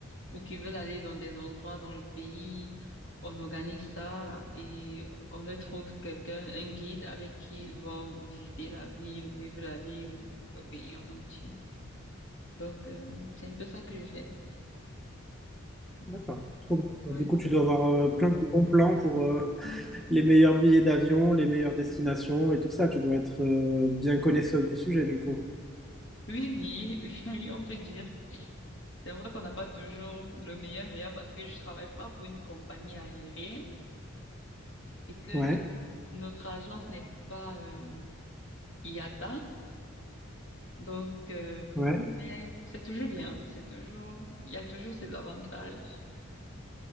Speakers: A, on the left; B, in the centre.
A: ou qui veulent aller dans des endroits dans le pays, on organise ça et on leur trouve quelqu'un, un guide avec qui ils vont visiter la ville où ils veulent aller ou le pays en entier. Donc, euh, c'est un peu ça que je fais.
B: D'accord. Trop bien.
A: Ouais.
B: Du coup, tu dois avoir euh, plein de bons plans pour euh, les meilleurs billets d'avion, les meilleures destinations et tout ça. Tu dois être euh, bien connaisseuse du sujet, du coup.
A: Oui, oui, <laughs> oui, on peut dire. C'est vrai qu'on n'a pas toujours le meilleur meilleur parce que je travaille pas pour une compagnie aérienne et que
B: Ouais,
A: notre agence n'est pas euh, IATA. Donc, euh,
B: ouais.
A: mais c'est toujours bien, c'est toujours, il y a toujours ses avantages.